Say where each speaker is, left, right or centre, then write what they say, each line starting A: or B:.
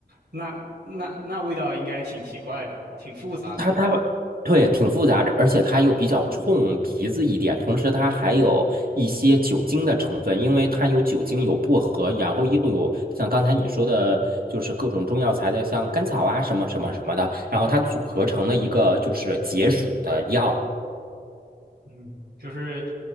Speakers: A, on the right; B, on the right.
A: 那那那味道应该挺奇怪的，挺复杂的。
B: 它它对挺复杂的，而且它又比较冲鼻子一点，同时它还有一些酒精的成分，因为它有酒精有薄荷，然后又有像刚才你说的，就是各种中药材的，像甘草啊什么什么什么的，然后它组合成了一个就是解暑的药。
A: 嗯，就是